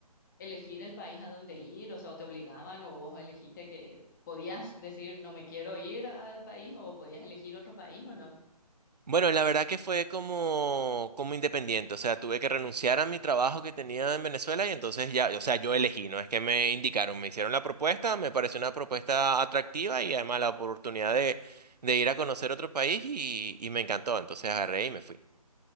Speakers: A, on the left (about 30°); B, on the right (about 85°).
A: elegir el país a donde ir, o sea, o te obligaban o vos elegiste que podías decir no me quiero ir al país o podías elegir otro país o no.
B: bueno, la verdad que fue como, como independiente, o sea, tuve que renunciar a mi trabajo que tenía en Venezuela y entonces ya, o sea, yo elegí, no es que me indicaron, me hicieron la propuesta, me pareció una propuesta atractiva y además la oportunidad de... de ir a conocer otro país y, y me encantó, entonces agarré y me fui.